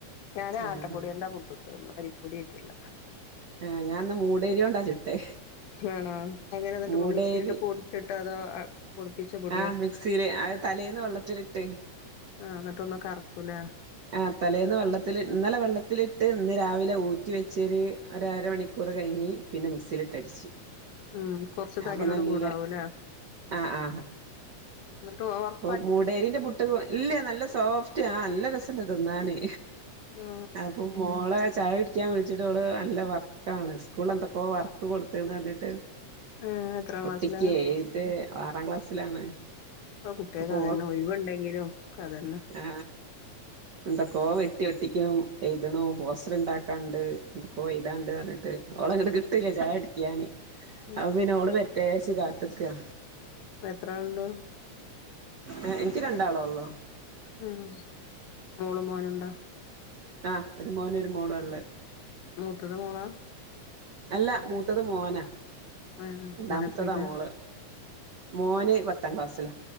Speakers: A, on the left; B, on the right.
A: ഞാന് ആട്ടപ്പൊടിയോണ്ടപുട്ട്
B: ആഹ്
A: ചുട്ടത് അരിപ്പൊടിയേയ്ട്ടല്ല.
B: ആ ഞാൻന്ന് മൂടേരിയോണ്ടാ ചുട്ടേ.
A: ആണോ എങ്ങനെന്നിട്ട്
B: മൂടേരി
A: മിക്സിയിലിട്ട് പൊടിച്ചിട്ട് അതോ പൊടിപ്പിച്ച- പൊടിയോ?
B: ആഹ് മിക്സിയില് അത് തലേന്ന് വെള്ളത്തിലിട്ട്.
A: ആ എന്നിട്ട് ഒന്ന് കറക്കൂലെ.
B: ആ തലേന്ന് വെള്ളത്തി ഇന്നലെ വെള്ളത്തിലിട്ട് ഇന്ന് രാവിലെ ഊറ്റി വെച്ചൊരു അര മണിക്ക്- ക്കൂറ് കഴിഞ്ഞ് പിന്ന മി- സിലിട്ടടിച്ച്
A: ഉം കൊറച്ച് തരിയോട്
B: അപ്പം നല്ല
A: കൂടാവൂല്ലേ?
B: ആ ആ
A: ന്നിട്ട് ഓവർ-
B: ഇപ്പൊ മൂടേരിന്റെ പുട്ട് ഇല്ല നല്ല സോഫ്റ്റ് ആ നല്ല രസംണ്ട് തിന്നാന്
A: മ്ആ
B: അപ്പോ മോളെ ചായ കുടിക്കാൻ വിളിച്ചിട്ട് ഓള് നല്ല വർ കാണ് സ്കൂള് എന്തൊക്കൊ വർക്ക് കൊടുത്തൂന്ന് പറഞ്ഞിട്ട്
A: ഏഹ് എത്രാം
B: ഒട്ടിക്കെ
A: ക്ലാസ്സിലാ?
B: എയ്തെ ആറാം ക്ലാസ്സിലാണ്
A: ഇപ്പൊ കുട്ടേക്ക്
B: അപ്പോ
A: അതെന്നെ ഒഴിവുണ്ടെങ്കിലും ഒക്കെ അതെന്നെ
B: ആ എന്തൊക്കോ വെട്ടി ഒട്ടിക്കും എഴുതണു പോസ്റ്റർ ഇണ്ടാക്കാണ്ട് കൊറെ എയ്താണ്ട് പറഞ്ഞിട്ട് ഓളെ ഇങ്ങിടെ കിട്ടലില്ല ചായ കുടിക്കാന്
A: ഉം
B: അപൊ പിന്നെ ഓള് വരട്ടേച്ചിട്ട് കാത്ത്ക്കാ
A: അപൊ എത്രാള്ണ്ട്
B: ഏ ഇൻക്ക് രണ്ടാളൊള്ളു
A: ഉം മോളും മോനുണ്ടോ
B: ആഹ ഒരു മോനും ഒരു മോളാള്ളേ
A: മൂത്തത് മോളാ
B: അല്ല മൂത്തത് മോനാ
A: ഏഹ്
B: രണ്ടാമത്തതാ
A: മോനെത്രയിലാ?
B: മോള് മോന് പത്താം ക്ലാസ്സിലാ